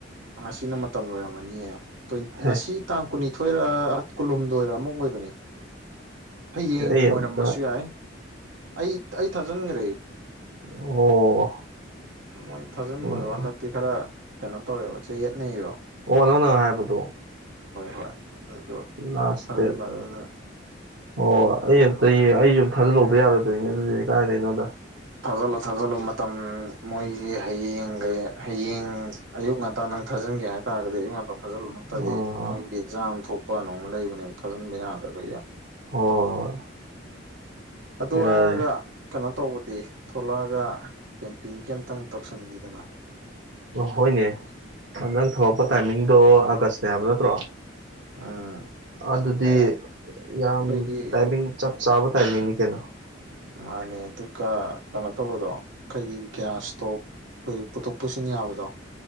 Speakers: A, on the right; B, on the right.
A: ꯁꯤꯅ ꯃꯇꯝ ꯂꯣꯏꯔꯝꯃꯅꯤꯌꯦ
B: ꯍꯦ
A: ꯉꯁꯤ ꯇꯥꯡ ꯀꯨꯟꯅꯤꯊꯣꯏꯔ ꯀꯨꯟꯍꯨꯝꯗꯣꯏꯔ ꯑꯃꯨꯛ ꯑꯣꯏꯕꯅꯦ ꯍꯌꯦꯌꯦꯡ
B: ꯑꯩ
A: ꯑꯣꯏꯔꯝꯕꯁꯨ
B: ꯑꯝꯇ
A: ꯌꯥꯏ ꯑꯩ ꯑꯩ ꯊꯥꯖꯤꯟꯈ꯭ꯔꯦ
B: ꯑꯣ
A: ꯃꯣꯏ ꯊꯥꯖꯤꯟꯕꯗꯣ
B: ꯎꯝ
A: ꯍꯟꯗꯛꯇꯤ ꯈꯔ ꯀꯩꯅꯣ ꯇꯧꯋꯦꯕ ꯆꯌꯦꯠꯅꯩꯌꯦꯕꯣ
B: ꯑꯣ ꯅꯪ ꯅꯪ ꯍꯥꯏꯕꯗꯣ
A: ꯍꯣꯏ ꯑꯗꯨꯗꯣ
B: ꯂꯁꯇꯦ
A: ꯊꯥꯖꯤꯟꯕ ꯑꯗꯨꯅ
B: ꯑꯣ ꯑꯩ ꯑꯝꯇꯇꯩ ꯑꯩꯁꯨ ꯑꯝ ꯊꯥꯖꯤꯜꯍꯗ ꯌꯥꯔꯗꯣꯏꯅꯦ ꯑꯗꯨꯗꯤ ꯀꯥꯏꯗꯅꯣꯗ
A: ꯊꯥꯖꯤꯜꯂꯨ ꯊꯥꯖꯤꯜꯂꯨ ꯃꯇꯝ ꯃꯣꯏꯁꯤ ꯍꯌꯦꯡꯒꯩ ꯍꯌꯦꯡ ꯑꯌꯨꯛ ꯉꯟ ꯅꯪ ꯊꯥꯟꯒꯦ ꯍꯥꯏꯇꯥꯔꯒꯗꯤ ꯑꯌꯨ ꯉꯟ ꯊꯥꯖꯤꯟꯂꯨ ꯅꯠꯇꯗꯤ
B: ꯑꯣ
A: ꯃꯣꯏꯒꯤ ꯖꯥꯝ ꯊꯣꯛꯄ ꯅꯣꯃ ꯂꯩꯕꯅꯦꯕ ꯊꯥꯖꯤꯟꯕ ꯌꯥꯗ꯭ꯔꯕꯒꯤ
B: ꯍꯣꯏ
A: ꯑꯣꯒ
B: ꯌꯥꯏ
A: ꯇꯧꯕꯗꯤ ꯊꯣꯛꯂꯛꯑꯒ ꯀꯦꯝꯄꯤꯡꯒꯤꯝꯇꯪ ꯇꯧꯁꯟꯁꯤꯗꯅ
B: ꯍꯣꯏꯅꯦ ꯅꯪ ꯊꯂꯛꯄ ꯇꯥꯏꯃꯤꯡꯗꯣ ꯑꯥꯒꯁꯅꯦ ꯍꯥꯏꯕ ꯅꯠꯇ꯭ꯔꯣ
A: ꯎꯝ
B: ꯑꯗꯨꯗꯤ
A: ꯑꯩ
B: ꯌꯥꯝ
A: ꯑꯩꯈꯣꯏꯒꯤ
B: ꯇꯥꯏꯃꯤꯡ ꯆꯞ ꯆꯥꯕ ꯇꯥꯏꯃꯤꯅꯤ ꯀꯩꯅꯣ
A: ꯃꯥꯅꯦ ꯑꯗꯨꯒ ꯀꯩꯅꯣ ꯇꯧꯕꯗꯣ ꯀꯩꯒꯤ ꯒ꯭ꯌꯥꯁ ꯏꯁꯇꯣꯞ ꯑꯩꯈꯣꯏ ꯄꯨꯊꯣꯛ ꯄꯨꯁꯤꯟ ꯌꯥꯕꯗꯣ